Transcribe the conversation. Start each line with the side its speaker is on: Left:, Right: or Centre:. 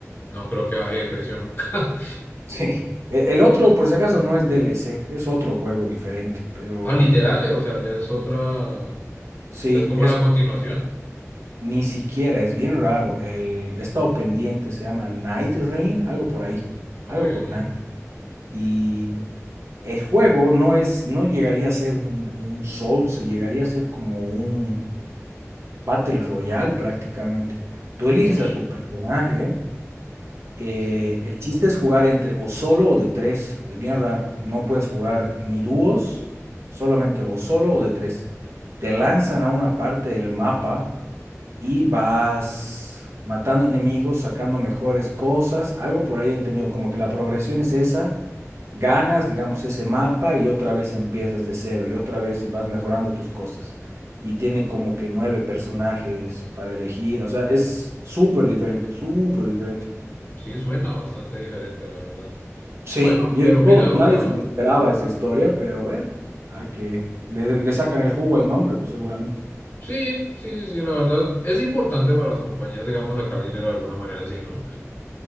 Left: no creo que baje de precio nunca. <laughs>
Right: <laughs> sí. E- El otro, por si acaso, no es DLC, es otro juego diferente, pero
Left: Ah, literal, eh, o sea, ya es otra. O
Right: sí,
Left: sea, es como
Right: es
Left: la continuación.
Right: ni siquiera, es bien raro. El, he estado pendiente, se llama Night Rain, algo por ahí,
Left: Ok,
Right: algo con
Left: ok.
Right: Night. Y el juego no es, no llegaría a ser un, un Souls, llegaría a ser como un Battle Royale prácticamente. Tú eliges
Left: Osh,
Right: a tu personaje eh,
Left: sí.
Right: el chiste es jugar entre o solo o de tres. Es bien raro. No puedes jugar ni dúos, solamente o solo o de tres. Te lanzan a una parte del mapa y vas matando enemigos, sacando mejores cosas. Algo por ahí he entendido, como que la progresión es esa. Ganas, digamos, ese mapa y otra vez empiezas de cero y otra vez y vas mejorando tus cosas. Y tiene como que nueve personajes para elegir. O sea, es súper diferente, súper diferente.
Left: Sí, suena bastante diferente, la verdad.
Right: Sí,
Left: Bueno,
Right: yo-
Left: pero
Right: todo-
Left: mira, o
Right: nadie
Left: sea,
Right: se le esperaba esa historia, pero bueno, hay que, le, le sacan el jugo al nombre, pues seguramente.
Left: sí, sí, sí, sí, la verdad. Es importante para las compañías, digamos, sacar dinero de alguna manera así, ¿no?